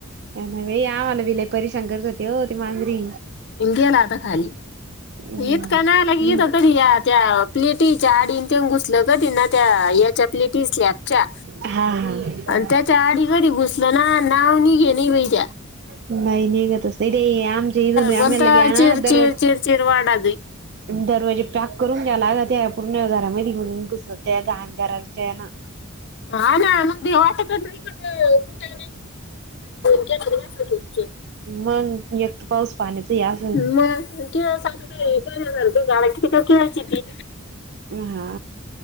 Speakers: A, on the right; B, on the left.
A: काय नाही बाई आमाला बी लय परेशान करत होती ओ ती मांजरी.
B: गेला आता खाली.
A: नाही
B: इतका नालायक ईद तरी या त्या टीव्हीच्या आडीन त् घुसलंग ते न त्या याच्यातली ती स्लॅप च्या.
A: हा हा
B: अण त्या त्याच्या आडी घडी घुसलं ना नाव निघे नाही बहि त्या्या
A: नाही निघतच नाही ते आमचेन
B: बोलता
A: आमेला घे ना
B: चिर
A: दरवाज
B: चिर चिर चिर वाडादी.
A: घरी पॅक करून घ्याला. त्या पूर्ण घरामध्ये घ घुसते गाहान करायच्या ना.
B: हा ना भ्याव वाटत होतं तिथं कुठं <unintelligible>
A: मग एकत पाऊस पाण्याच हे असं
B: मग खेळ काय बर झा झाला किती का खेळायची ती.
A: हा